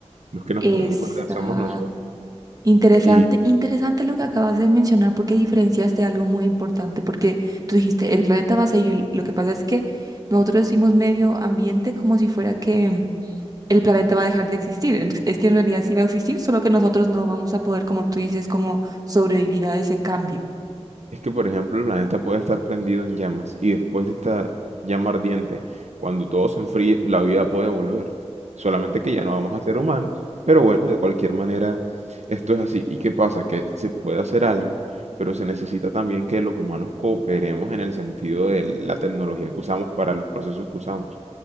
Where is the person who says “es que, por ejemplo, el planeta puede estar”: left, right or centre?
Right